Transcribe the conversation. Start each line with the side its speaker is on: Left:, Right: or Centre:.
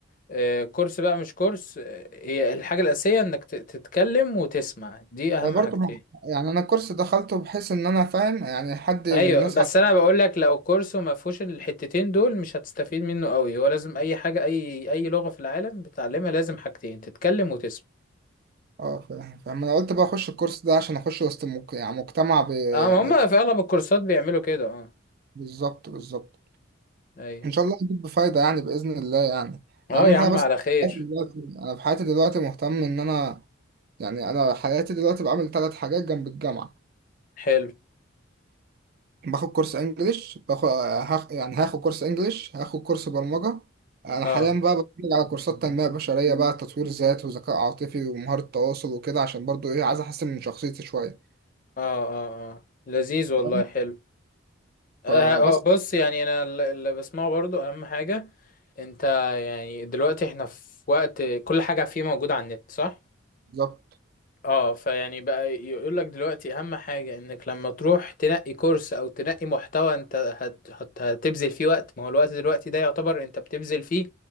Left: آه، كورس بقى مش كورس آه، هي الحاجة الأساسية انك ت- تتكلم وتسمع دي اهم
Right: أنا برضو
Left: حاجتين
Right: مع- يعني أنا الكورس دخلته بحيث إن أنا فاهم يعني حد الناس
Left: ايوه بس
Right: عن-
Left: انا بقول لك لو كورسو ما فيهوش الحتتين دول مش هتستفيد منه قوي هو لازم اي حاجه اي اي لغه في العالم بتعلمها لازم حاجتين تتكلم وتسمع
Right: اه فاهم فاهم أنا قلت بقى أخش الكورس ده عشان أخش وسط مك- يعني مجتمع ب...
Left: اه
Right: يعني
Left: ما هم في اغلب الكورسات بيعملوا كده اه
Right: بالظبط بالظبط
Left: ايوه
Right: ان شاء الله هتجيب بفايده يعني باذن الله يعني
Left: اه
Right: اهم
Left: يا
Right: حاجه
Left: عم
Right: بس
Left: على
Right: في
Left: خير
Right: حياتي دلوقتي انا في حياتي دلوقتي مهتم ان انا يعني انا حياتي دلوقتي بعمل ثلاث حاجات جنب الجامعه
Left: حلو
Right: باخد كورس انجليش باخد هاخ... يعني هاخد كورس انجليش هاخد كورس برمجه انا
Left: اه
Right: حاليا بقى بتفرج على كورسات تنميه بشريه بقى تطوير ذات وذكاء عاطفي ومهاره تواصل وكده عشان برضو ايه عايز احسن من شخصيتي شويه
Left: اه اه اه لذيذ والله
Right: فاهم؟
Left: حلو آه
Right: فبس
Left: آه، بص يعني انا الل- اللي بسمعه برضو اهم حاجه انت يعني دلوقتي احنا في وقت كل حاجه فيه موجوده على النت صح
Right: بالظبط
Left: اه فيعني بقى يقول لك دلوقتي اهم حاجة انك لما تروح تنقي كورس او تنقي محتوى انت هت هت هتبذل فيه وقت ما هو الوقت دلوقتي ده يعتبر انت بتبذل فيه